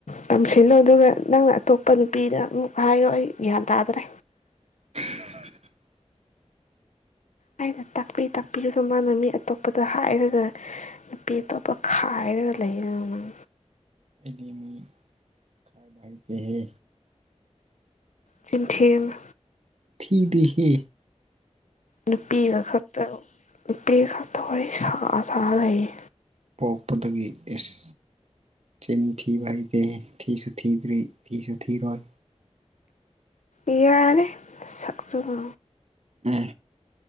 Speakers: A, on the left; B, on the right.
A: ꯇꯝꯁꯤꯜꯂꯨ ꯑꯗꯨꯒ ꯅꯪꯅ ꯑꯇꯣꯞꯄ ꯅꯨꯄꯤꯗ ꯑꯃꯨꯛ ꯍꯥꯏꯌꯣ ꯑꯩ ꯒ꯭ꯌꯥꯟ ꯇꯥꯗ꯭ꯔꯦ꯫
B: <unintelligible>
A: ꯑꯩꯅ ꯇꯥꯛꯄꯤ ꯇꯥꯛꯄꯤ ꯑ ꯃꯥꯅ ꯃꯤ ꯑꯇꯣꯞꯄꯗ ꯍꯥꯏꯔꯒ ꯅꯨꯄꯤ ꯑꯇꯣꯞꯄ ꯈꯥꯏꯔꯒ ꯂꯩꯌꯦꯅ ꯅꯡ꯫
B: ꯗꯤ ꯃꯤ ꯈꯥꯏꯕ ꯍꯩꯇꯦꯍꯦ
A: ꯆꯤꯟ ꯊꯤꯔꯅꯨ
B: ꯊꯤꯗꯦꯍꯦ
A: ꯅꯨꯄꯤꯒ ꯈꯠꯇ ꯅꯨꯄꯤꯒ ꯈꯠꯇ ꯋꯥꯔꯤ ꯁꯥ ꯁꯥ ꯂꯩꯌꯦ꯫
B: ꯄꯣꯛꯄꯗꯒꯤ ꯏꯁ ꯆꯤꯟ ꯊꯤꯕ ꯍꯩꯇꯦꯍꯦ ꯊꯤꯁꯨ ꯊꯤꯗ꯭ꯔꯤ ꯊꯤꯁꯨ ꯊꯤꯔꯣꯏ꯫
A: ꯏꯌꯥꯔꯦ ꯁꯛꯇꯨꯒ
B: ꯑꯦ